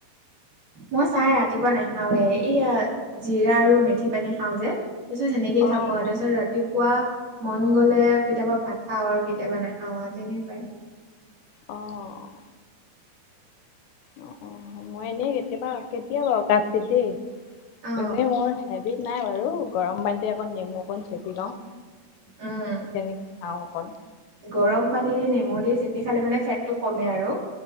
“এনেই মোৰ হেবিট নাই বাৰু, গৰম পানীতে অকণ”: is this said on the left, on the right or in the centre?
Left